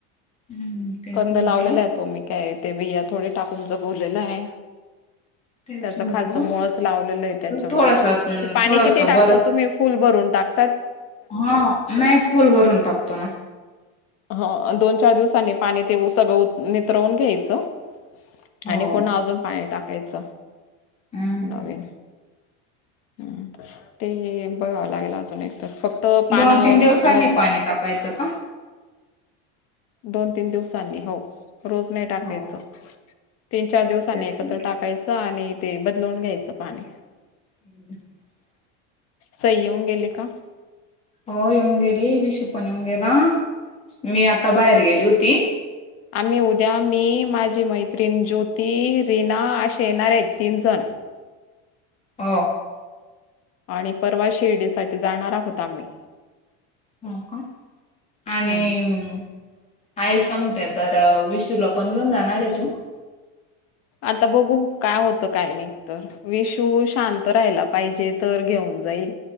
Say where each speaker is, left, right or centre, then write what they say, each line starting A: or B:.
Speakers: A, on the left; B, on the left.
A: हम्म तेच
B: कंद
A: म्हटलं
B: लावलेला आहे तो मी काय ते बिया थोडी टाकून जगवलेलं आहे
A: तेच
B: त्याच
A: म्हंटलं
B: खालच मळच लावलेलं आहे त्याच्यामुळे
A: थोडस
B: ते पाणी
A: थोडस
B: किती टाकतात
A: बरं
B: तुम्ही फुल भरून टाकता
A: हा म पूल भरून टाकतो ना
B: ह दोन चार दिवसांनी पाणी ते सगळं नित्रवून घ्यायचं
A: हो
B: आणि पुन्हा अजून पाणी टाकायचं
A: हम्म
B: नवीन हम्म ते बघावं लागेल अजून एक तर फक्त पानं
A: दोन तीन दिवसांनी
B: म
A: पाणी टाकायचं का
B: दोन तीन दिवसांनी हो रोज नाही टाकायचं
A: हो
B: तीन चार दिवसानी
A: तेच
B: एकत्र
A: म्हटलं
B: टाकायचं आणि ते बदलवून घ्यायचं पाणी
A: ह
B: सई येऊन गेली का
A: हो येऊन गेली विशू पण येऊन गेला मी आता बाहेर गेली होती
B: आम्ही उद्या मी माझी मैत्रीण ज्योती रीना असे येणारे आहेत तीन जण
A: ह
B: आणि परवा श ईडीसाठी जाणार आहोत आम्ही
A: हो का आणि
B: हम्म
A: आहे सांगते तर विशूला पण घेऊन जाणार आहे तू
B: आता बघू काय होत काय नाही तर विशू शांत राहायला पाहिजे तर घेऊन जाईल